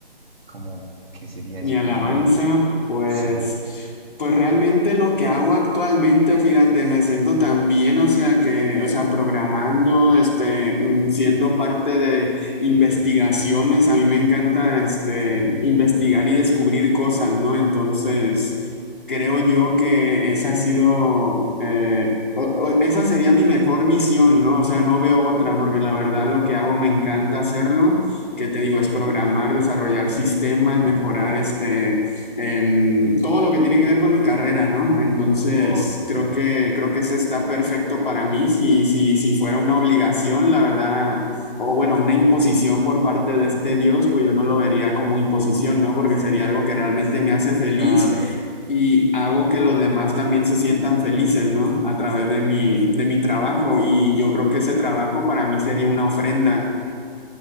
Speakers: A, on the right; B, on the left.
A: como, qué sería
B: Mi
A: eso?
B: alabanza,
A: Como no,
B: pues,
A: sí.
B: pues realmente lo que hago actualmente, fíjate, me siento tan bien, o sea que, o sea, programando, este, mm, siendo parte de investigaciones, a mí me encanta, este, investigar y descubrir cosas, ¿no? Entonces, creo yo que esa ha sido, eh, o- o- esa sería mi mejor misión, ¿no? O sea, no veo otra, porque la verdad lo que hago me encanta hacerlo. ¿Qué te digo? Es programar, desarrollar sistemas, mejorar este, em, todo lo que tiene que ver con mi carrera, ¿no? Entonces,
A: Ok,
B: creo que, creo que eso está perfecto para mí. Si, si, si fuera una obligación, la verdad, o bueno, una imposición por parte de este Dios, pues yo no lo vería como imposición, ¿no? Porque sería algo que realmente me hace feliz
A: claro.
B: y hago que los demás también se sientan felices, ¿no? A través de mi, de mi trabajo. Y yo creo que ese trabajo para mí sería una ofrenda.